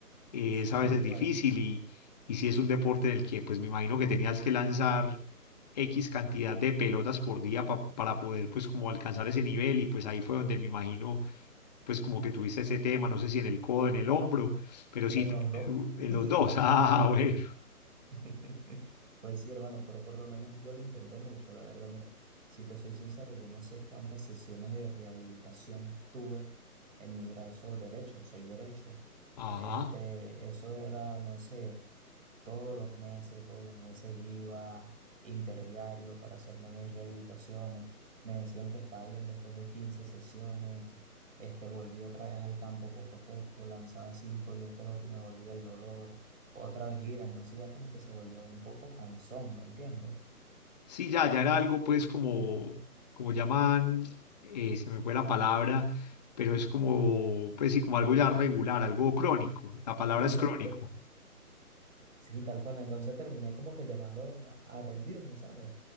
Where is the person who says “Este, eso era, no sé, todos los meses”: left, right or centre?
Right